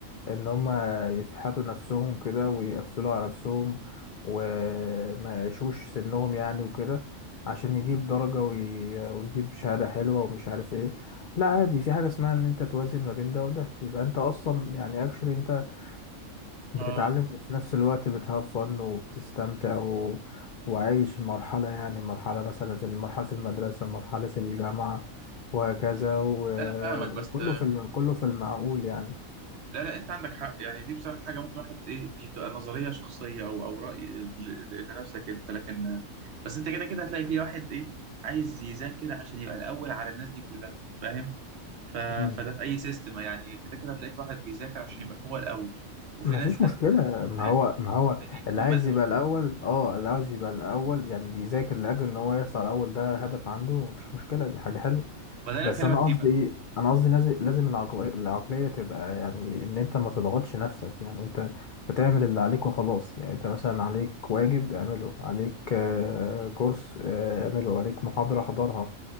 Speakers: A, on the left (about 80°); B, on the right (about 60°).
A: ان هم يفحتوا نفسهم كده ويقفلوا على نفسهم وما يعيشوش سنهم يعني وكده عشان يجيب درجة وي... ويجيب شهادة حلوة ومش عارف ايه لا عادي في حاجة اسمها ان انت توازن ما بين ده وده يبقى انت اصلا يعني اكشولي انت بتتعلم
B: اه
A: وفي نفس الوقت بتهاف فن وبتستمتع و... وعايش مرحلة يعني مرحلة مثلا مرحلة المدرسة مرحلة الجامعة وهكذا و...
B: لا انا فاهمك
A: وكله
B: بس
A: في الم... كله في المعقول يعني
B: لا لا انت عندك حق يعني دي بصراحه حاجه ممكن واحد ايه دي تبقى نظريه شخصيه او او راي ل- لان نفسك انت لكن بس انت كده كده هتلاقي في واحد ايه عايز يذاكر عشان يبقى الاول على الناس دي كلها فاهم ف...
A: مم.
B: فده في اي سيستم يعني كده كده هتلاقي في واحد بيذاكر عشان يبقى هو الاول وفي
A: مفيش
B: ناس
A: مشكلة
B: هتتنافس معاه
A: ما هو ما هو
B: ان يبقوا
A: اللي عايز
B: هم الاول
A: يبقى الأول اه اللي عاوز يبقى الأول يعني بيذاكر لأجل إن هو يطلع الأول ده هدف عنده مفيش مشكلة دي حاجة حلوة
B: ما ده اللي
A: بس
B: انا بكلمك
A: أنا
B: فيه
A: قصدي
B: بقى
A: إيه أنا قصدي نازل- لازم العقل... العقلية تبقى يعني إن أنت ما تضغطش نفسك يعني أنت بتعمل اللي عليك وخلاص يعني أنت مثلا عليك واجب اعمله عليك آه، كورس آه، اعمله عليك محاضرة حضرها